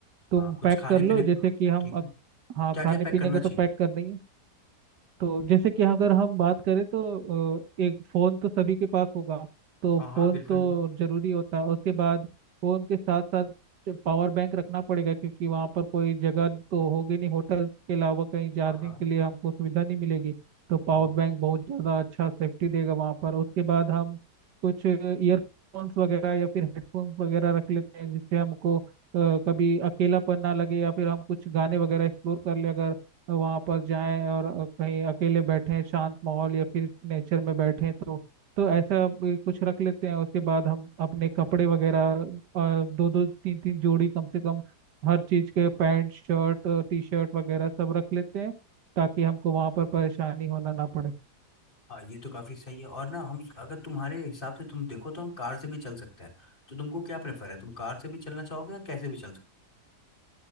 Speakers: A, on the right (about 80°); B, on the left (about 30°).
A: तुम
B: हाँ कुछ
A: पैक
B: खाने
A: कर लो
B: पीने
A: जैसे
B: को-
A: कि हम
B: ठीक
A: अब
B: है
A: हाँ
B: क्या
A: खाने
B: क्या पैक
A: पीने
B: करना
A: का
B: चाहिए
A: तो पैक करना ही है तो जैसे कि अगर हम बात करें तो अ, एक फोन तो सभी के पास होगा तो
B: हाँ हाँ
A: फोन
B: बिल्कुल
A: तो
B: बिल्कुल
A: जरूरी होता है उसके बाद फोन के साथ साथ पावर बैंक रखना पड़ेगा क्योंकि वहाँ पर कोई जगह तो होगी नहीं होटल के अलावा कहीं चार्जिंग
B: हाँ हाँ
A: के लिए हमको सुविधा नहीं मिलेगी तो पावर
B: हाँ
A: बैंक बहुत ज़्यादा अच्छा सेफ्टी देगा वहाँ पर उसके बाद हम कुछ ईयरफोन्स वगैरह या फिर हेडफोन्स वगैरह रख लेते हैं जिससे हमको अ, कभी अकेलापन ना लगे या फिर हम कुछ गाने वगैरह एक्सप्लोर कर ले अगर तो वहाँ पर जाएं और अ, कहीं अकेले बैठें शांत माहौल या फिर नेचर में बैठें तो तो ऐसा भी कुछ रख लेते हैं उसके बाद हम अपने कपड़े वगैरह अ, दो दो तीन तीन जोड़ी कम से कम हर चीज़ के पैंट शर्ट टी शर्ट वगैरह सब रख लेते हैं ताकि हमको वहाँ पर परेशानी होना ना पड़े
B: हाँ ये तो काफी सही है और ना हम अगर तुम्हारे हिसाब से तुम देखो तो हम कार से भी चल सकते हैं तो तुमको क्या प्रेफर है तुम कार से भी चलना चाहोगे या कैसे भी चल